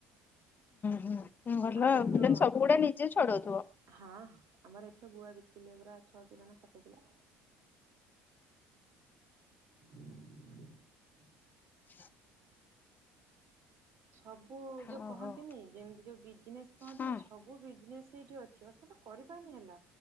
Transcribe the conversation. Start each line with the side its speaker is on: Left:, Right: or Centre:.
Left: ହୁଁ ଭଲ
Right: ଆମର
Left: ଆଉ
Right: ଏଥିରୁ
Left: ତାହେଲେ ସବୁ ଗୁଡା ନିଜେ ଛଡଉଥିବ।
Right: ହଁ ଆମର ଏଥର ଗୁଆ ବିକିଥିଲେ ପୁରା ଛଅଟି ଜଣ ସପେଇ ଥିଲା। <inaudible>
Left: <inaudible>
Right: ସବୁ ଯୋଉ
Left: ଓହୋ
Right: କହନ୍ତିନି ଯେମିତି ଯୋଉ ବିଜନେସ କହନ୍ତିନି
Left: ହଁ
Right: ସବୁ ବିଜନେସ ସେଇଠି ଅଛି। ଚାଷଟା କରିପାରୁନି ହେଲା